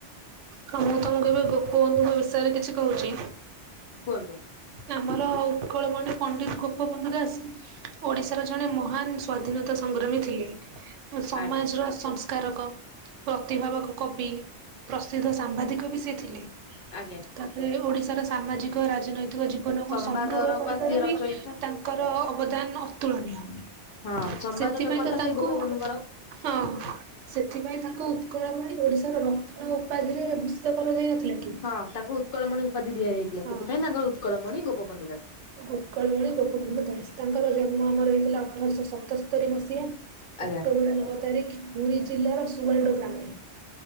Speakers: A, on the right; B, on the left.
A: ହଁ ମୁଁ କେବେ ଗୋପବନ୍ଧୁଙ୍କ ବିଷୟରେ କିଛି କହୁଚି।
B: କୁହନ୍ତୁ?
A: ଆମର ଉତ୍କଳମଣି ପଣ୍ଡିତ୍ ଗୋପବନ୍ଧୁ ଦାସ୍ ଓଡିଶାର ଜଣେ ମହାନ ସ୍ଵାଧୀନତା ସଂଗ୍ରାମୀ ଥିଲେ। ସମାଜର
B: ଆଜ୍ଞା
A: ସଂସ୍କାରକ ପ୍ରତିଭାବକ କବି ପ୍ରସିଦ୍ଧ ସାମ୍ବାଦିକ ବି ସେ ଥିଲେ।
B: ଆଜ୍ଞା।
A: ତାପରେ ଓଡିଶାର ସାମାଜିକ ରାଜନୈତିକ ଜୀବ୍ ଜୀବନକୁ
B: ସମ୍ବାଦର
A: ସମୃଦ୍ଧ କରିବାରେବି
B: ପା ସିଏ ରଚୟିତା
A: ତାଙ୍କର ଅବଦାନ ଅତୁଳନୀୟ।
B: ହଁ ସମ୍ବାଦ
A: ସେଥିପାଇଁ
B: ପେପର
A: ତ
B: ଟା ସେ
A: ତାଙ୍କୁ
B: ଗୋପବନ୍ଧୁଙ୍କର।
A: ହଁ ସେଥିପାଇଁ ତାଙ୍କ ଙ୍କୁ ଉତ୍କଳ ମଣି ଓଡିଶାର ରତ୍ନ ଉପାଧିରେ ଭୁସ୍ୟ କରଯାଇ ନଥିଲା କି?
B: ହଁ ତାଙ୍କୁ ଉତ୍କଳମଣି ଉପାଧି ଦିଆଯାଇଥିଲା।
A: ହଁ।
B: ସେଥିପାଇଁ ତାଙ୍କର ଉତ୍କଳମଣି ଗୋପବନ୍ଧ ଦାସ।
A: ଉତ୍କଳମଣି ଗୋପବନ୍ଧୁ ଦାସ ତାଙ୍କର ଜନ୍ମ ଆମର ହେଇଥିଲା ଅଠରଶହ ସତସ୍ତରୀ ମସିହା।
B: ଆଜ୍ଞା
A: ଅକ୍ଟୋବର ନଅ ତାରିଖ ପୁରୀ ଜିଲ୍ଲାର ସୁଆଣ୍ଡୁ ଗ୍ରାମରେ।